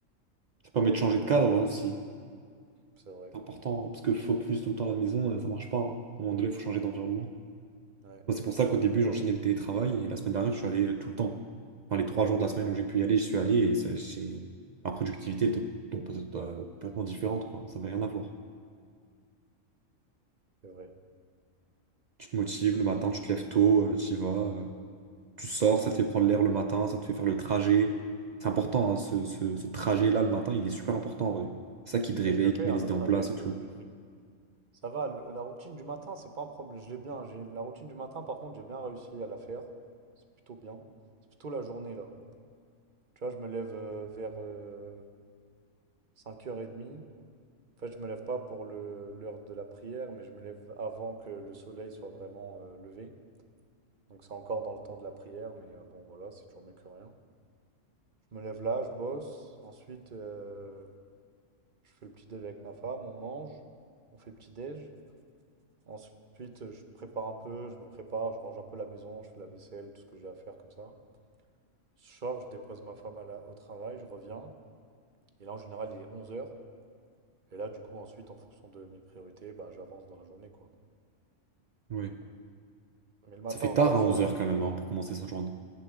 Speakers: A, on the right; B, on the right.
A: Ça permet de changer
B: je sais pas,
A: de cadre hein, aussi.
B: c'est vrai.
A: C'est important, hein, parce que focus tout le temps à la maison, euh, ça marche pas. hein. À un moment donné, il faut changer d'environnement.
B: Ouais,
A: Moi, c'est pour ça qu'au début, j'enchaînais le télétravail et la semaine dernière, je suis allé euh, tout le temps. Enfin, les trois jours de la semaine
B: ouais,
A: où j'ai pu y aller, je suis allé et ça- j'ai- ma productivité était donc, peut-être, euh, complètement différente, quoi. Ça n'avait rien à voir.
B: c'est vrai.
A: Tu te motives le matin, tu te lèves tôt, tu y vas, euh, tu sors, ça te fait prendre l'air le matin, ça te fait faire le trajet. C'est important, hein, ce, ce- ce trajet-là le matin, il est super important en vrai. C'est ça qui te
B: Après
A: réveille,
B: je le fais,
A: qui te met
B: hein,
A: les
B: le
A: idées
B: trajet,
A: en place
B: je
A: et tout.
B: le fais, je l'ai ça va, le la routine du matin, c'est pas un problème, je l'ai bien, j'ai la routine du matin par contre, j'ai bien réussi à la faire, c'est plutôt bien. C'est plutôt la journée là. Tu vois, je me lève euh, vers euh, cinq heures h 30 En fait, je me lève pas pour le- l'heure de la prière, mais je me lève avant que le soleil soit vraiment euh, levé. Donc c'est encore dans le temps de la prière, mais euh, bon, voilà, c'est toujours mieux que rien. Je me lève là, je bosse. Ensuite, euh, je fais le petit déj avec ma femme, on mange, on fait le petit déj. Ensuite, euh, je prépare un peu, je me prépare, je range un peu la maison, je fais la vaisselle, tout ce que j'ai à faire comme ça. Je sors, je dépose ma femme à la- au travail, je reviens. Et là, en général, il est onze heures Et là, du coup, ensuite, en fonction de mes priorités, bah, j'avance dans la journée, quoi.
A: Oui.
B: Mais le matin
A: Ça fait
B: encore,
A: tard à
B: ça
A: onze
B: va.
A: heures quand même hein, pour commencer sa journée.